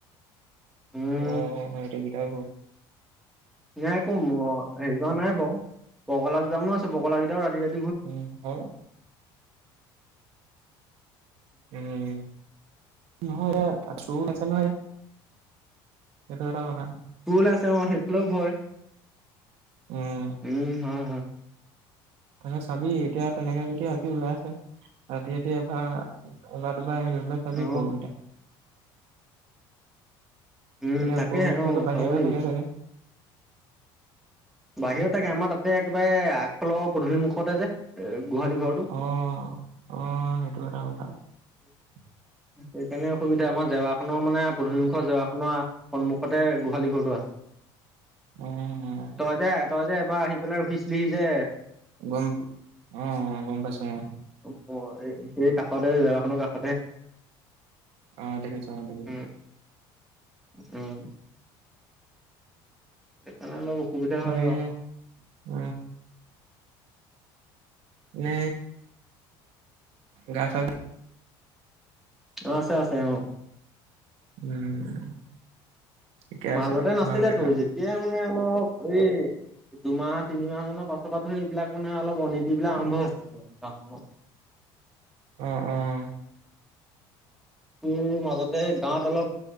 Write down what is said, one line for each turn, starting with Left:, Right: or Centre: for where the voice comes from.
Centre: উম
Right: অহ সেইটো কেইটাও
Centre: নাই আক ম, হেৰি কৰা নাই বাৰু পগলা দুটামান আছে পগলা কেইটাও ৰাতি-ৰাতি
Right: উম, হু উম, নহয় এইয়া <unintelligible> সেইটো এটা কথা।
Centre: চুল আছে অ, সেইফালেও ভয়
Right: উম,
Centre: উম, হয়-হয়।
Right: তাক চাবি এতিয়া তেনেকে যদি আজি ওলাই আছে ৰাতি ৰাতি এবাৰ এবাৰ আহিল চাবেই
Centre: অ
Right: ক উল্টা
Centre: উম,
Right: এতিয়া
Centre: তাকেহে
Right: গৰুকেইটাতো
Centre: অ,
Right: বাহিৰতে
Centre: চাব লাগিব।
Right: থাকে চাগে
Centre: বাহিৰত থাকে আমাৰ তাতে একেবাৰে আগফালৰ পদুলি মুখতে যে গোহালি ঘৰটো
Right: অ অ সেইটো এটা কথা <unintelligible>
Centre: সেই কাৰণে অসুবিধা আমাৰ জেৱাখনৰ মানে পদুলি জেৱাখনৰ সন্মুখতে গোহালি ঘৰটো আছে।
Right: উম
Centre: তই যে তই যে এবাৰ আহি পেলাই ৰখিছিলিহি যে,
Right: গম, অহ গম পাইছোয়
Centre: অ সেই কাষতে জেৱৰাখৰ কাষত
Right: অ'-অ' দেখিছোঁ অ' দেখিছোঁ।
Centre: উম উম সেইকাৰণে অলপ অসুবিধা
Right: মানে
Centre: হয় আৰু
Right: উ নে গা ছা
Centre: অ আছে, আছে অ
Right: উম ঠিকে
Centre: মাজতে
Right: আছে
Centre: নাছিলে
Right: ভালকে
Centre: তোৰ
Right: থাক
Centre: যেতিয়াই মানে অলপ এই দুমাহ তিনিমাহ মানৰ পাছৰ পৰা ধৰি এইবিলাক মানে অলপ অনীতি বিলাক আৰম্ভ হৈছে। গাঁও
Right: অহ অহ
Centre: তোৰ মাজতে গাঁৱত অলপ